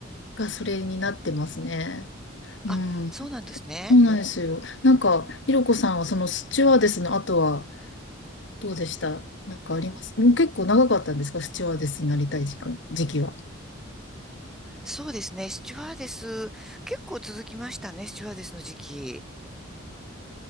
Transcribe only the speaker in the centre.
あ、そうなんですね。
そうですね。スチュワーデス、結構続きましたね、スチュワーデスの時期。